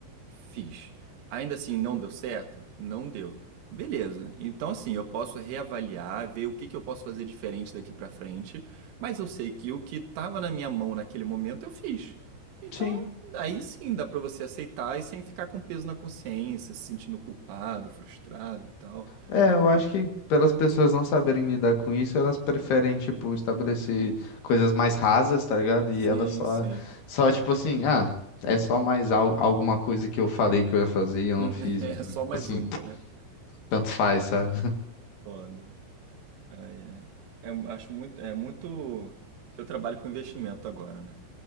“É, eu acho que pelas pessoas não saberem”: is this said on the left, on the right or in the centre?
Left